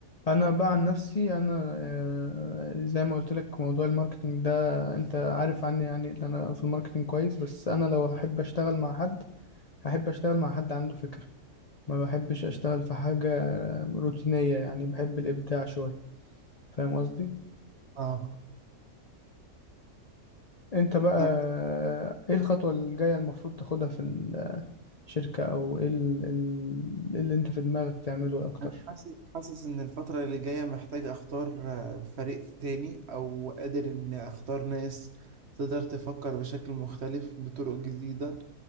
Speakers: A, on the left; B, on the right.
A: انا بقى عن نفسي انا آه، زي ما قلت لك موضوع الماركتينج ده انت عارف عني يعني ان انا في الماركتينج كويس بس انا لو هحب اشتغل مع حد هحب اشتغل مع حد عنده فكرة ما بحبش اشتغل في حاجة روتينية يعني بحب الابداع شوية فاهم قصدي
B: اه
A: انت بقى
B: طب
A: آه، ايه الخطوة الجاية المفروض تاخدها في الشركة او ايه ال- ال- اللي انت في دماغك تعمله اكتر
B: انا حاسس حاسس ان الفتره اللي جايه محتاج اختار آه، فريق تاني او قادر اني اختار ناس تقدر تفكر بشكل مختلف بطرق جديده